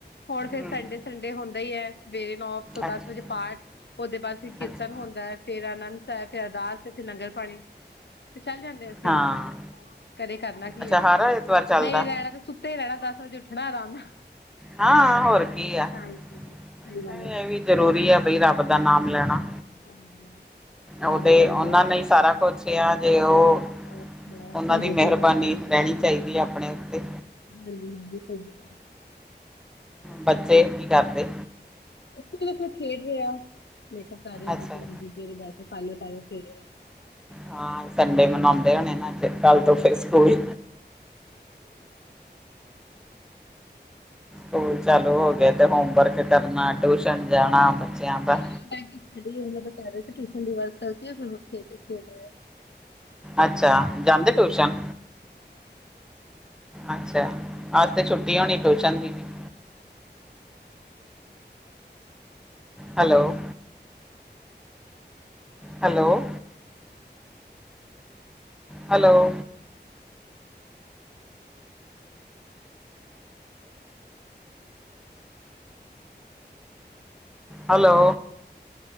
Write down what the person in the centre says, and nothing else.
ਹਮ
ਅੱਛਾ
ਅੱਛਾ
ਹਾਂ
ਅੱਛਾ
ਹਰ ਐਤਵਾਰ ਚੱਲਦਾ
ਹਾਂ, ਹੋਰ ਕੀ ਆ। ਨਹੀਂ,
ਇਹ ਵੀ ਜਰੂਰੀ ਹੈ ਬਈ, ਰੱਬ ਦਾ ਨਾਮ ਲੈਣਾ
ਉਹ ਤੇ,
ਉਹਨਾਂ ਨੇ ਸਾਰਾ ਕੁਛਿਆ ਜੇ 'ਉਹ
ਉਹਨਾਂ ਦੀ
ਮਿਹਰਬਾਨੀ ਰਹਿਣੀ ਚਾਹੀਦੀ ਆ, ਆਪਣੇ ਉੱਤੇ।
ਬੱਚੇ, ਕੀ ਕਰਦੇ?
ਅੱਛਾ
ਹਾਂ, ਸੰਡੇ ਮਨਾਉਂਦੇ ਹੋਣੇ ਨਾ ਏਥੇ ਕੱਲ ਤੋਂ, ਫਿਰ ਸਕੂਲ ਸਕੂਲ ਚਾਲੂ ਹੋ ਗਏ ਤੇ, ਹੋਮ ਵਰਕ ਕਰਨਾ ਟਿਊਸ਼ਨ ਜਾਣਾ
ਬੱਚਿਆਂ ਦਾ
ਅੱਛਾ! ਜਾਂਦੇ ਟਿਊਸ਼ਨ? ਅੱਛਾ! ਆਜ ਤੇ, ਛੁੱਟੀ ਹੋਣੀ ਟਿਊਸ਼ਨ ਦੀ ਵੀ। <inaudible> Hello! Hello! Hello! Hello!